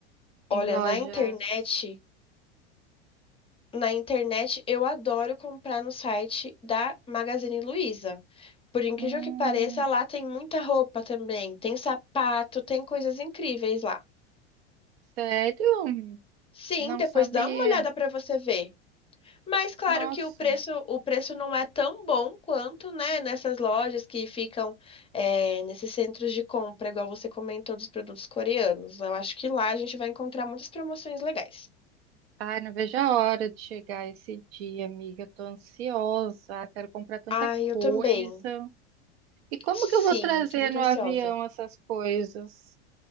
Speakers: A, on the left; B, on the right.
A: Olha,
B: Em lojas?
A: na internet, na internet eu adoro comprar no site da Magazine Luiza. Por incrível
B: Hum,
A: que pareça, lá tem muita roupa também, tem sapato, tem coisas incríveis lá.
B: sério?
A: Sim,
B: Não
A: depois
B: sabia.
A: dá uma olhada pra você ver. Mas claro
B: Nossa.
A: que o preço, o preço não é tão bom quanto, né, nessas lojas que ficam é, nesses centros de compra, igual você comentou dos produtos coreanos. Eu acho que lá a gente vai encontrar muitas promoções legais.
B: Ai, não vejo a hora de chegar esse dia, amiga. Tô ansiosa, quero comprar tanta
A: Ai,
B: coisa.
A: eu também.
B: E como
A: Sim,
B: que eu vou trazer
A: eu tô muito
B: no
A: ansiosa.
B: avião essas coisas?